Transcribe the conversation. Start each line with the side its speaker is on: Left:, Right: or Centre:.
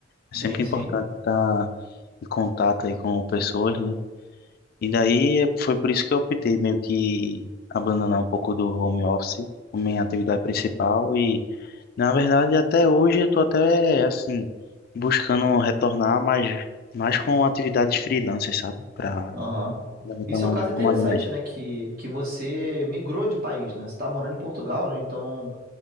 Left: É sempre
Right: Sim,
Left: importante
Right: sim.
Left: estar em contato aí com pessoas, né? E daí é- foi por isso que eu optei meio que abandonar um pouco do home office como minha atividade principal e, na verdade, até hoje eu tô até, assim, buscando retornar, mas mais com atividades freelancers, sabe? Para
Right: Aham.
Left: levantar
Right: Isso
Left: uma,
Right: é um caso interessante,
Left: uma grana extra.
Right: né? Que, que você migrou de país, né? Você tá morando em Portugal, né? Então,